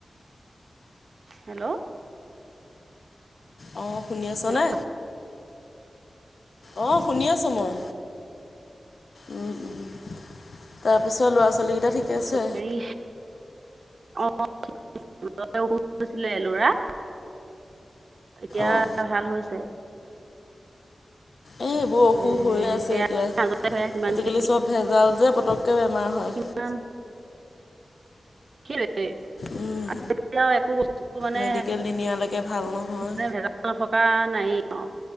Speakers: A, on the right; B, on the left.
A: হেল্ল
B: অ, শুনি আছনে।
A: হেল্ল'
B: অ শুনি আছোঁ মই। উম, উম তাৰপিছত ল'ৰা ছোৱালীকেইটা ঠিকে আছে
A: চৰকাৰী অ মাজতে অসুখ হৈছিলে লৰা এতিয়া
B: অঁ
A: ভাল হৈছে।
B: এই এইবোৰ অসুখ
A: এ,
B: হৈয়ে আছে
A: সেয়া
B: এতিয়া
A: মাজতে সেয়া কিমানখিনি
B: আজিকালি চব ভেজাল যে পটককে বেমাৰ হয়।
A: নান কিৰেটেই।
B: উম,
A: আৰু এতিয়াও একো বস্তু মানে।
B: মেডিকেল নিনিয়ালৈকে ভাল
A: মানে
B: নহয়
A: ভেজাল থকা নায়েই অ